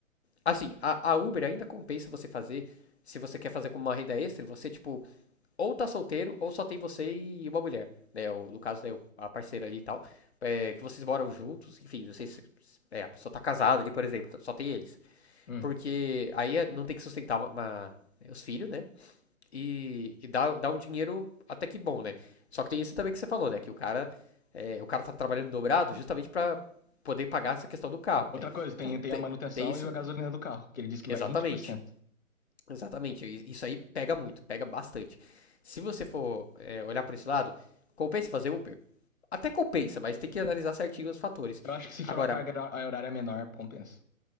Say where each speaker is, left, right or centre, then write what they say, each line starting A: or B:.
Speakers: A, on the left; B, on the left.
A: Assim, a, a Uber ainda compensa você fazer. Se você quer fazer como uma renda extra, você, tipo, ou tá solteiro, ou só tem você e uma mulher, né? Ou, no caso, né, a parceira ali e tal. é, que vocês moram juntos, enfim, não sei se. É, a pessoa tá casada ali, por exemplo, só tem eles.
B: Hum.
A: Porque aí é- não tem que sustentar uma- uma- os filhos, né? E, e dá, dá um dinheiro até que bom, né? Só que tem isso também que você falou, né? Que o cara, é, o cara tá trabalhando dobrado justamente pra poder pagar essa questão do carro,
B: Outra
A: né?
B: coisa,
A: Então
B: tem, tem
A: tem,
B: a manutenção
A: tem isso.
B: e a gasolina do carro, que ele diz que
A: Exatamente.
B: vai vinte por cento.
A: Exatamente, i- isso aí pega muito, pega bastante. Se você for é, olhar por esse lado, compensa fazer Uber? Até compensa, mas tem que analisar certinho os fatores.
B: Eu acho que se
A: Agora,
B: for uma carga hora- horária menor, compensa.